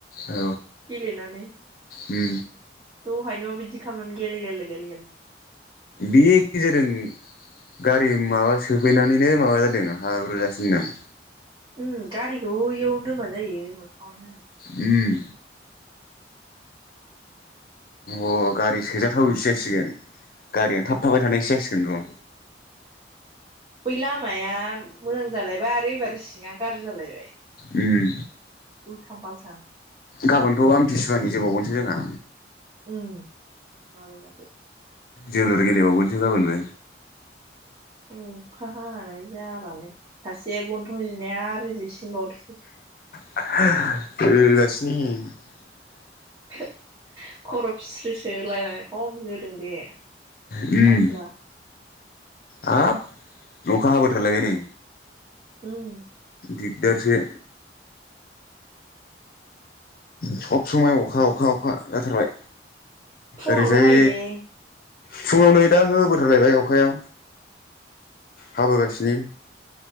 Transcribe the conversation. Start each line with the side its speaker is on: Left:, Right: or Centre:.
Left: औ
Right: गेलेनानै
Left: उम
Right: दहायनो बिदिखामोन गेल गेल गेल गेल।
Left: बे गेजेरजों गारि माबा सोफैनानैनो माबा जादों हाब्रु जासिनदों।
Right: उम गारिखौ इयावनो दोनबानो जायो मोखाङावनो।
Left: उम अ गारि सोजाथावैसो जासिगोन गारियानो थाब थाबाय थानायसो जासिगोन र'।
Right: बै लामाया मोजां जालायबा आरो एबार सिङा गाज्रि जालायबाय
Left: उम
Right: उल्थां बाल्थां।
Left: गाबोनथ' आमथिसुवानि होबावगोनसो जोंहा।
Right: ओम माबा बादि।
Left: जोलुर गेलेबावगोनसो गाबोन बो।
Right: अखा हानानै जालालै सासेया गन्थं जिनाया आरो जिसि <unintelligible>
Left: <unintelligible>
Right: <unintelligible> खर' फिस्रोसो लायनानै खम जोदों बे
Left: उम
Right: आसोला।
Left: हाब अखा हाबोथारलायबाय नै‌
Right: ओम
Left: दिगदारसो सब समाय अखा अखा अखा जाथारबाय
Right: फुङावल'
Left: ओरैजाय
Right: हायोलै
Left: फुङाव नै दा होबोथारलायबाय अखाया हाबोगासिनो